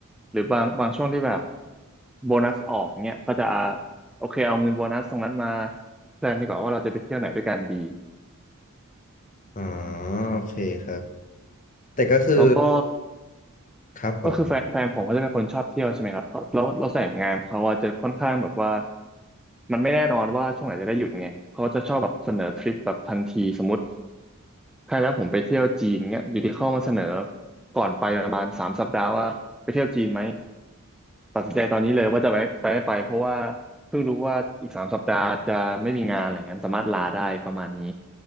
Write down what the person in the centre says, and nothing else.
หรือบางบางช่วงที่แบบโบนัสออกเนี่ยก็จะโอเคเอาเงินโบนัสตรงนั้นมาแพลนดีกว่าว่าเราจะไปเที่ยวไหนด้วยกันดี
แล้วก็
ก็คือแฟนแฟนผมก็จะเป็นคนชอบเที่ยวใช่ไหมครับก็แล้วเราแต่งงานเขาอะจะค่อนข้างแบบว่ามันไม่แน่นอนว่าช่วงไหนจะได้หยุดไงเขาจะชอบแบบเสนอทริปแบบทันทีสมมติ ใช่แล้วผมไปเที่ยวจีนเนี่ยอยู่ที่เข้ามาเสนอก่อนไปประมาณสามสัปดาห์ว่าไปเที่ยวจีนไหมตัดสินใจตอนนี้เลยว่าจะไปไปไม่ไปเพราะว่าเพิ่งรู้ว่าอีกสามสัปดาห์จะไม่มีงานอะไรเงี้ยสามารถลาได้ประมาณนี้